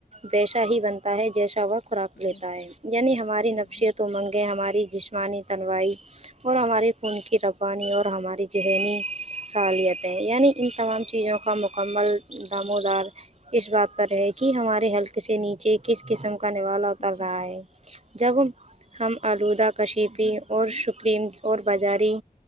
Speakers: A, on the right; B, on the left.
A: ویشا ہی بن تا ہے جیسا و خوراک لیتا
B: جی
A: ہے یعنی ہماری
B: جی
A: نفسیت تو منگ گے ہماری جسمانی تنوائی اور ہمارے خون کی ربوانی اور ہمارے ذہنی سالیتیں یعنی ان تمام چیزوں
B: جی
A: کا مق مکمل دامودار اس بات پر ہے کہ ہمارے حلقے سے نیچے کس قسم کا نوالا اتار
B: جی
A: رہا ہے جب ہم ہم آلودہ کشیفی اور شکرین اور بازاری